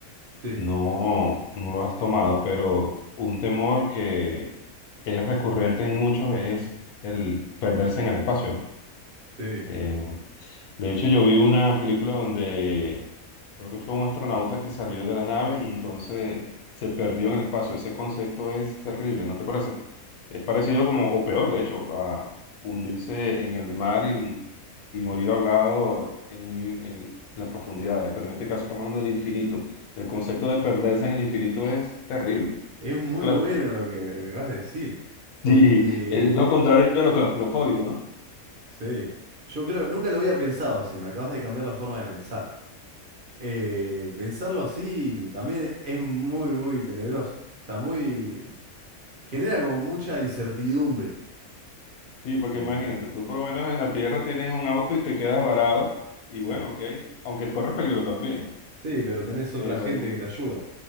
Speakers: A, on the right; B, on the left.
A: Sí,
B: no, no lo has tomado, pero un temor que es recurrente en muchos es el perderse en el espacio.
A: sí.
B: eh, De hecho, yo vi una película donde creo que fue un astronauta que salió de la nave y entonces se perdió en el espacio. Ese concepto es terrible, ¿no te parece? Es parecido como, o peor, de hecho, a hundirse en el mar y, y morir ahogado en, en las profundidades. Pero en este caso estamos hablando del infinito. El concepto de perderse en el infinito es terrible.
A: Es muy
B: Es claustro.
A: bueno lo
B: <laughs>
A: que, lo que acabas de decir, porque...
B: Sí, es lo contrario de lo claustrofóbico, ¿no?
A: Sí, yo creo, nunca lo había pensado, si me acabas de cambiar la forma de pensar. Eh, pensarlo así también es muy, muy tenebroso. O sea, muy, genera como mucha
B: Sí.
A: incertidumbre.
B: Sí, porque
A: Eh,
B: imagínate, tú por lo menos en la tierra tienes un auto y te quedas varado y bueno,
A: sí.
B: ok, aunque corres peligro también,
A: Sí, pero tenés otra
B: pero
A: gente
B: en-
A: que te ayuda.